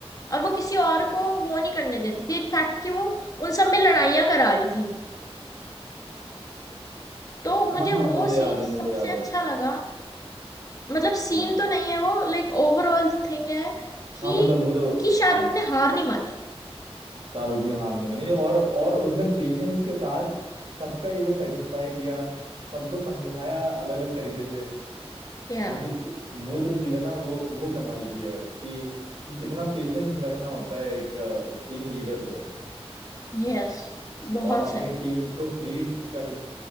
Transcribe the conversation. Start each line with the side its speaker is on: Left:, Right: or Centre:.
Left: और वो किसी और को वो नहीं करने देती थी इनफैक्ट कि वो उन सब में लड़ाइयां करा रही थी तो मुझे
Right: हाँ हाँ
Left: वो
Right: मुझे याद
Left: सीन
Right: है मुझे
Left: सबसे
Right: याद है
Left: अच्छा लगा मतलब सीन
Right: हाँ
Left: तो नहीं है वो लाइक ओवरऑल थिंग है कि
Right: हाँ मतलब वो जो
Left: कि शाहरुख
Right: हाँ
Left: ने हार नहीं मानी
Right: शाहरुख ने हार नहीं मानी और और उसने पेशेंस के साथ सबका ईगो सेटिस्फाई किया सबको समझाया अलग अलग तरीके से
Left: या
Right: वो जो चीज- वो जो चीज है ना वो वो कमाल की है कि कि कितना पेशेंस रखना होता है एक टीम लीडर को
Left: यस बहुत
Right: और अपनी
Left: सही
Right: टीम को क्रिएट कर